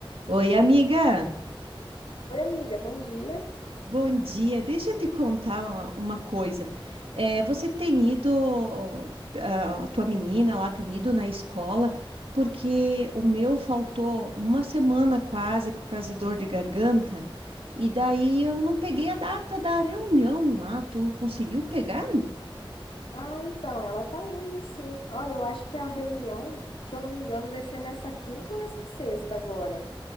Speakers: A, on the right; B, on the left.
A: Oi, amiga.
B: Oi, amiga, bom dia.
A: Bom dia. Deixa eu te contar uma, uma coisa. Eh, você tem ido, ah, a tua menina lá tem ido na escola, porque o meu faltou uma semana quase por causa de dor de garganta, e daí eu não peguei a data da reunião lá. Tu conseguiu pegar?
B: Ah, então, ela tá indo, sim. Olha, eu acho que a reunião, se eu não me engano, vai ser nessa quinta ou nessa sexta agora.